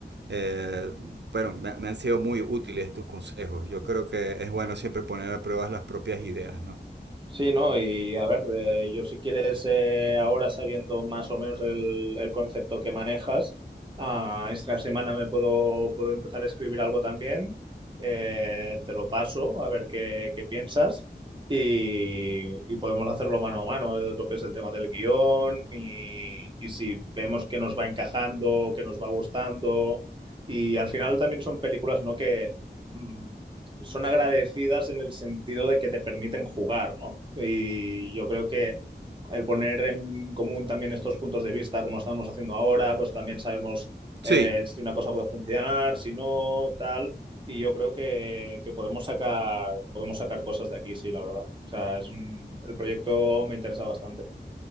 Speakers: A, on the right; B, on the right.
A: eh, bueno, me, me han sido muy útiles tus consejos. Yo creo que es bueno siempre poner a prueba las propias ideas, ¿no?
B: Sí, ¿no? Y a ver, eh, yo si quieres, eh, ahora sabiendo más o menos el, el concepto que manejas, ah, esta semana me puedo, puedo empezar a escribir algo también, eh, te lo paso a ver qué, qué piensas y, y podemos hacerlo mano a mano, eh, lo que es el tema del guión y, y si vemos que nos va encajando, que nos va gustando y al final también son películas, ¿no? Que... mm, son agradecidas en el sentido de que te permiten jugar, ¿no? Y yo creo que el poner en común también estos puntos de vista, como estamos haciendo ahora, pues también sabemos eh,
A: Sí,
B: si una cosa puede funcionar, si no, tal. Y yo creo que, que podemos sacar, podemos sacar cosas de aquí, sí, la verdad. O sea, es un- el proyecto me interesa bastante.